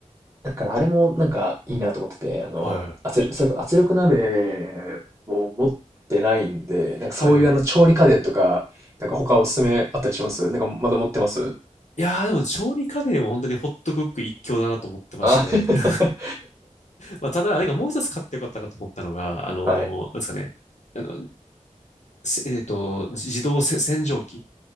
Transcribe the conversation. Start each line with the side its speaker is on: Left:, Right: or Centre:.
Right: だからあれもなんかいいなと思ってて、あの、
Left: はいはい。
Right: 圧力、それこそ圧力鍋も持ってないんで、なんかそういうあの調理家電とか、
Left: はいはい。
Right: なんか他おすすめあったりしますなんかまだ持ってます
Left: いやー、でも調理家電は本当にホットクック一強だなと思ってまして。
Right: あ <laughs>
Left: <laughs> まあ、ただ、なんかもう一つ買ってよかったなと思ったのが、あのーなんですかね、
Right: はい。
Left: あの、せえっと、自自動せ洗浄機。